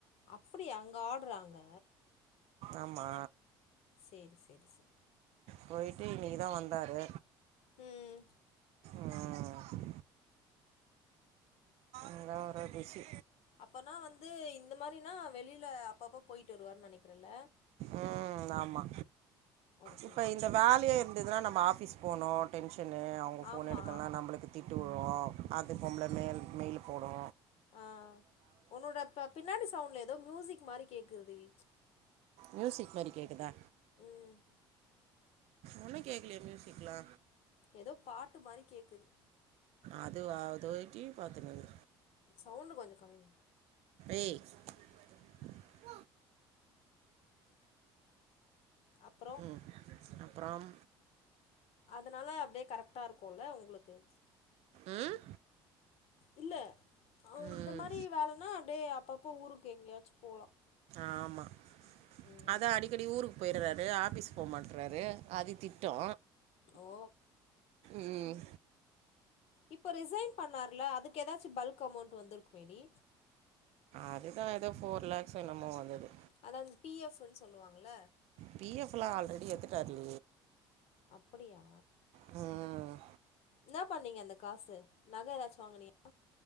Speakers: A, on the left; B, on the right.
A: அப்டியா அங்க ஆர்டரா அங்க
B: ஆமா
A: சேரி சேரி சேரி
B: போயிட்டு இன்னைக்குதா வந்தாரு
A: ம்
B: ம் இந்தா ஒரு பிசி
A: அப்பனா வந்து இந்த மாரினா வெளில அப்பப்போ போயிட்டு வருவாருன் நினைக்கிறேல
B: ம் ஆமா
A: ஓகே
B: இப்ப
A: ஓகே
B: இந்த வேலையா இருந்ததுன்னா நம்ம ஆபிஸ் போனோ டென்ஷன்னு அவங்க ஃபோன்
A: ஆமா
B: எடுக்களனா நம்பளுக்கு திட்டு விழு அது பொம்பள மேல் மெயில் போடு
A: ஆ உன்னோட பப் பின்னாடி சவுண்ட்ல ஏதோ மியூசிக் மாரி கேக்குதுவி
B: மியூசிக் மாரி கேக்குதா
A: ம்
B: ஒனுமே கேக்கலையே மியூசிக்லா
A: ஏதோ பாட்டு மாரி கேக்குது
B: அதுவா அதோ டீவி பாத்துனுக்
A: சவுண்டு கொஞ்ச கம்மி
B: ஏய் <inaudible>
A: அப்றோ
B: ம் அப்புறம்
A: அதனால அப்டியே கரெக்ட்டா இருக்குல உங்களுக்கு
B: ம்
A: இல்ல அவ
B: ம்
A: இந்த மாரி வேலைன்னா அப்டியே அப்பப்போ ஊருக்கு எங்கயாச்சு போலா
B: ஆமா
A: ம்
B: அதா அடிக்கடி ஊருக்கு போயி றாரு ஆஃபீஸ் போக மாட்றாரு அது திட்டு
A: ஓ
B: ம்
A: இப்ப ரிசைன் பண்ணாருல அதுக்கு ஏதாச்சு பல்க் அமௌண்ட்டு வந்துருக்குமேடி
B: அதுதா ஏதோ ஃபோர் லேக்ஸ் என்னமோ வந்தது
A: அதாவது பிஎஃப்ன்னு சொல்லுவாங்கள்ல
B: பிஎஃப் எல்லா ஆல்ரெடி எத்துட்டாரு
A: அப்படியா
B: ம்
A: என்னப் பண்ணீங்க அந்த காசு நகை ஏதாச்சு வாங்குனியா